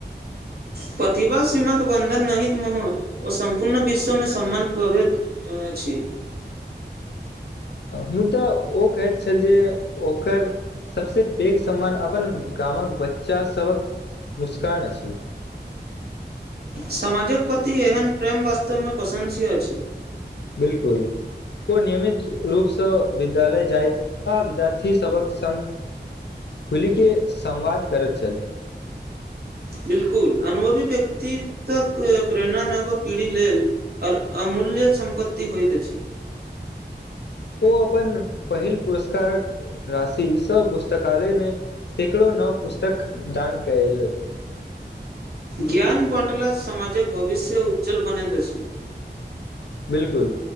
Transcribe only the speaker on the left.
मुदा ओ कहैत छल जे ओकर सबस पैघ सम्मान अपन गामक बच्चासभक मुस्कान अछि।
बिलकुल ओ नियमित रूपसँ विद्यालय जाइत आ विद्यार्थीसभक सङ्ग खुलीके संवाद करैत छल।
ओ अपन पहिल पुरस्कारक राशि स पुस्तकालयमे सैकड़ो नओ पुस्तक दान कयल।
बिलकुल